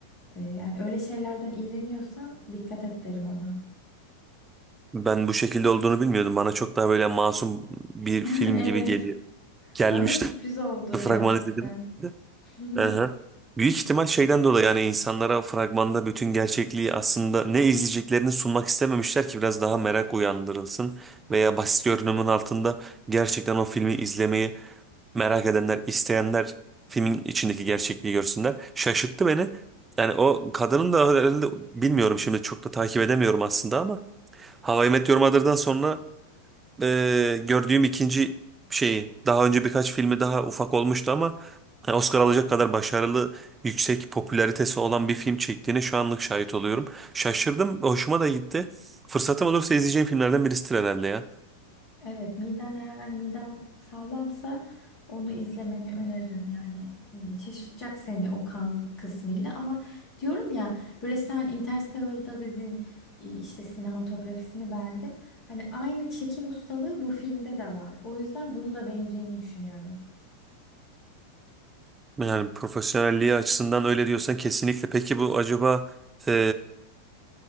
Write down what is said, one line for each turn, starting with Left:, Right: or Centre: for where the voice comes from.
Left: E, yani öyle şeylerden iğreniyorsan dikkat et derim ona.
Right: Ben bu şekilde olduğunu bilmiyordum. Bana çok daha böyle masum bir
Left: <laughs>
Right: film
Left: Evet.
Right: gibi geliyor. Gelmişti.
Left: Bana da sürpriz oldu
Right: <laughs> Fragmanı
Left: gerçekten.
Right: izledim.
Left: <laughs>
Right: Aha. Büyük ihtimal şeyden dolayı yani insanlara fragmanda bütün gerçekliği aslında ne izleyeceklerini sunmak istememişler ki biraz daha merak uyandırılsın. Veya basit görünümün altında gerçekten o filmi izlemeyi merak edenler, isteyenler filmin içindeki gerçekliği görsünler. Şaşırttı beni. Yani o kadının da herhalde bilmiyorum şimdi çok da takip edemiyorum aslında ama How I Met Your Mother'dan sonra e, gördüğüm ikinci şeyi. Daha önce birkaç filmi daha ufak olmuştu ama hani Oscar alacak kadar başarılı, yüksek popülaritesi olan bir film çektiğine şu anlık şahit oluyorum. Şaşırdım, hoşuma da gitti. Fırsatım olursa izleyeceğim filmlerden birisidir herhalde ya.
Left: Evet, miden eğer hani midem sağlamsa onu izlemeni öneririm yani E, şaşırtacak seni o kan kısmıyla ama diyorum ya böyle sen Interstellar'da dedin e, işte sinematografisini beğendim. Hani aynı çekim ustalığı bu filmde de var. O yüzden bunu da beğeneceğini düşünüyorum.
Right: Yani profesyonelliği açısından öyle diyorsan kesinlikle. Peki bu acaba e,